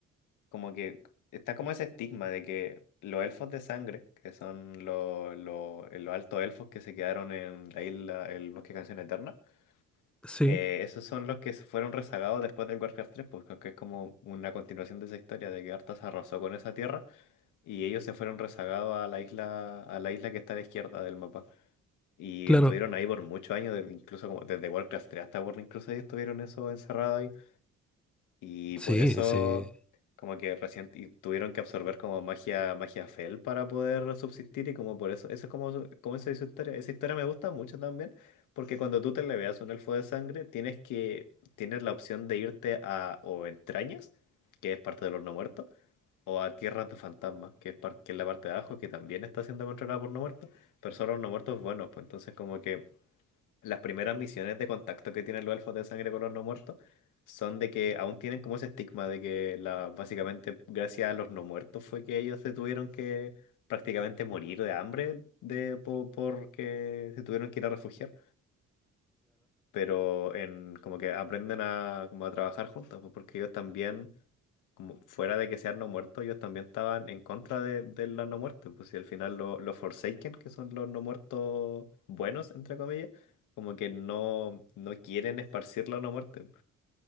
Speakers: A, on the left; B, in the centre.
A: como que está como ese estigma de que los elfos de sangre, que son los, los, los altos elfos que se quedaron en la isla, el bosque de Canción Eterna,
B: sí,
A: eh, esos son los que se fueron rezagados después del Warcraft 3, porque es como una continuación de esa historia de que Arthas arrasó con esa tierra y ellos se fueron rezagados a la isla, a la isla que está a la izquierda del mapa. Y
B: claro,
A: estuvieron ahí por muchos años, desde- incluso como desde Warcraft 3 hasta Burning Crusade estuvieron eso encerrado ahí. Y
B: sí,
A: por eso
B: sí.
A: como que recién y tuvieron que absorber como magia, magia Fel para poder subsistir y como por eso, eso es como, su- como esa es su historia. Esa historia me gusta mucho también, porque cuando tú te le veas un elfo de sangre, tienes que, tienes la opción de irte a o entrañas, que es parte de los no muertos o a Tierras de Fantasmas, que es, par- que es la parte de abajo, que también está siendo controlada por no muertos, pero solo los no muertos buenos, pues entonces como que las primeras misiones de contacto que tienen los elfos de sangre con los no muertos son de que aún tienen como ese estigma de que la, básicamente gracias a los no muertos fue que ellos se tuvieron que prácticamente morir de hambre de, po- porque se tuvieron que ir a refugiar, pero en como que aprenden a, como a trabajar juntos, pues, porque ellos también como fuera de que sean no muertos, ellos también estaban en contra de, de la no muerte, pues si al final lo- los Forsaken, que son los no muertos buenos, entre comillas, como que no, no quieren esparcir la no muerte.